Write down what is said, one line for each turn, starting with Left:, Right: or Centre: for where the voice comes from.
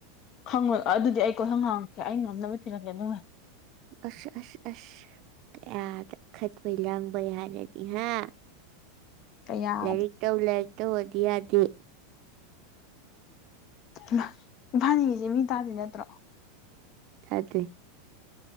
Left: ꯈꯪꯉꯣꯏ ꯑꯗꯨꯗꯤ ꯑꯩ ꯀꯣꯏꯍꯪ ꯍꯪꯉꯛꯀꯦ ꯑꯩ ꯉꯝꯅꯕ ꯊꯤꯔꯛꯀꯦ ꯑꯗꯨ
Right: ꯑꯁ ꯑꯁ ꯑꯁ ꯀꯌꯥꯗ ꯈꯠꯄꯩ ꯂꯥꯡꯕꯩ ꯍꯥꯏꯔꯗꯤ ꯍꯥ
Left: ꯀꯌꯥꯗ
Right: ꯂꯥꯏꯔꯤꯛ ꯇꯧ ꯂꯥꯏꯔꯤꯛ ꯇꯧꯋꯣꯗꯤ ꯌꯥꯗꯦ
Left: ꯍꯩꯃ ꯏꯕꯥꯏꯅꯤꯁꯦ ꯃꯤ ꯇꯥꯗꯨꯏ ꯅꯠꯇ꯭ꯔꯣ
Right: ꯇꯗꯣꯏꯅꯣ